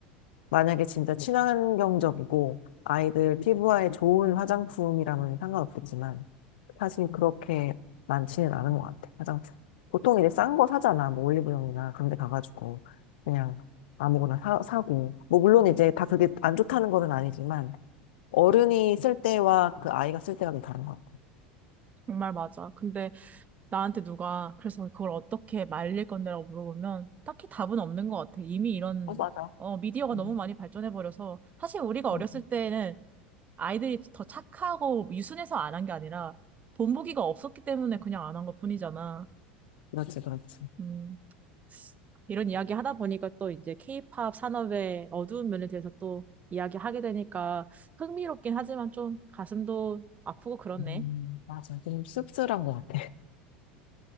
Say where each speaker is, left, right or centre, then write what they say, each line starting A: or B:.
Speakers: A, on the left; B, on the right.
A: 만약에 진짜 친환경적이고 아이들 피부에 좋은 화장품이라면 상관없겠지만 사실 그렇게 많지는 않은 것 같아, 화장품. 보통 이제 싼 거 사잖아, 뭐 올리브영이나 그런 데 가가지고. 그냥 아무거나 사, 사고. 뭐 물론 이제 다 그게 안 좋다는 거는 아니지만, 어른이 쓸 때와 그 아이가 쓸 때가 좀 다른 것 같아.
B: 정말 맞아. 근데 나한테 누가 그래서 그걸 어떻게 말릴 건데라고 물어보면 딱히 답은 없는 것 같아. 이미 이런
A: 어, 맞아.
B: 어, 미디어가
A: 음,
B: 너무 많이 발전해버려서 사실 우리가 어렸을
A: 음.
B: 때는 아이들이 더 착하고 유순해서 안 한 게 아니라 본보기가 없었기 때문에 그냥 안 한 것뿐이잖아.
A: 그렇지, 그렇지.
B: 음, 이런 이야기 하다 보니까 또 이제 케이팝 산업의 어두운 면에 대해서 또 이야기하게 되니까 흥미롭긴 하지만 좀 가슴도 아프고 그렇네.
A: 음, 맞아. 좀 씁쓸한 것 같아. <laughs>